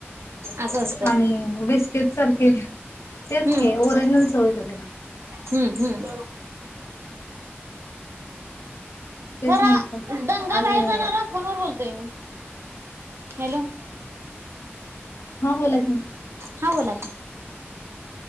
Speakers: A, on the right; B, on the left.
A: असं असतंय
B: आणि बिस्किटच <unintelligible> तेच
A: हम्म.
B: की ओरिजनल चव येत्या त्यला
A: हम्म हम्.
B: तेच
A: जरा
B: म्हंटलं
A: दंगा,
B: आणि
A: बाहेर जाणारा फोनवर बोलतोय मी. हॅलो.
B: हा बोला की.
A: हा बोला की